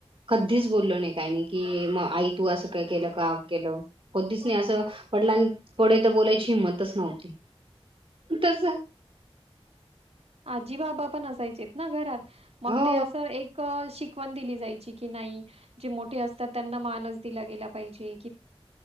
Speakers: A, on the right; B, on the right.
A: कधीच बोललो नाही काय नाही की मग आई तू असं काय केलं का केलं कोधच नाही वडिलांनी पडे तर बोलायची हिंमतच नव्हती
B: <unintelligible>
A: तस
B: आजी बाबा पण असायचे ना घरात मग
A: हो
B: ते असं एक शिकवण दिली जायची नाही ज मोठे असतात त्यांना मान दिला पाहिजे